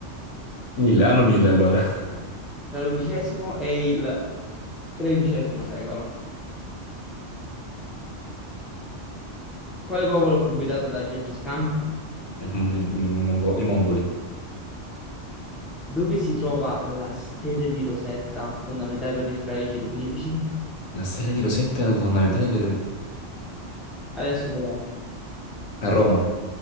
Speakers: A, on the left (about 80°); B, in the centre.
A: 1000, hanno 1000 allora. <laughs>
B: tra l'undicesimo e il tredicesimo secolo. Quale popolo fu guidato da Gengis Khan?
A: I, mongo- i mongoli.
B: Dove si trova la stele di Rosetta, fondamentale per decifrare i geroglifici?
A: Una serie di Rosetta è fondamentale per...
B: Adesso dov'è?
A: A Roma,